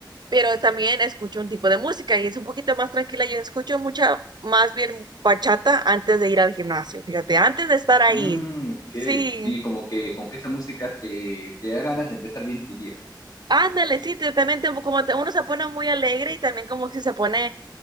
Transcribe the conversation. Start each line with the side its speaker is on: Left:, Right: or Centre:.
Right: pero también escucho un tipo de música y es un poquito más tranquila, yo escucho mucha, más bien bachata antes de ir al gimnasio, fíjate, antes de estar ahí,
Left: Mm, ok,
Right: sí,
Left: ok, sí, como que, como que esa música te, te da ganas de empezar bien tu día.
Right: ándale, sí, te- también te- como te- uno se pone muy alegre y también como que se pone